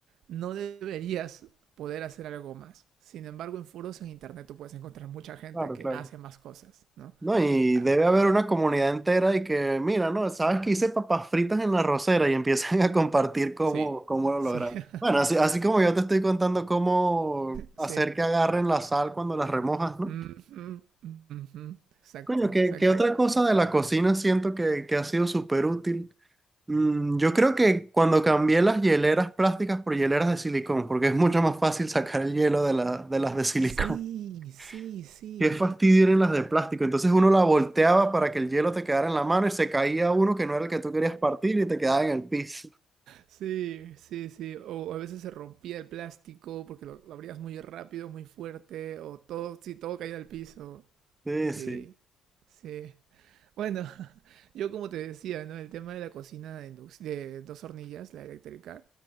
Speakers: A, on the right (about 80°); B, on the right (about 20°).
A: no deberías poder hacer algo más. Sin embargo, en foros en internet tú puedes encontrar mucha gente
B: claro,
A: que
B: claro.
A: hace más cosas, ¿no?
B: No, y
A: Claro.
B: debe haber una comunidad entera y que, mira, no, sabes que hice papas fritas en la rosera y empiezan <laughs> a compartir cómo,
A: Sí,
B: cómo lo
A: sí,
B: logran.
A: <laughs>
B: Bueno, así, así como yo te estoy contando cómo
A: sí.
B: hacer que agarren la sal cuando las remojas, ¿no?
A: Mm -hmm, mm -hmm. Exacto,
B: Coño, qué
A: exacto.
B: qué otra cosa de la cocina siento que, que ha sido súper útil. Mm, yo creo que cuando cambié las hieleras plásticas por hieleras de silicón, porque es mucho más fácil sacar el hielo de, la- de las de silicón.
A: Sí, sí, sí.
B: <laughs> Qué fastidio eran las de plástico. Entonces uno la volteaba para que el hielo te quedara en la mano y se caía uno que no era el que tú querías partir y te quedaba en el piso.
A: Sí, sí, sí. O a veces se rompía el plástico porque lo, lo abrías muy rápido, muy fuerte, o todo, sí, todo caía al piso.
B: Sí,
A: Sí,
B: sí,
A: sí. Bueno, <laughs> yo como te decía, ¿no? El tema de la cocina de, induc- de dos hornillas, la eléctrica,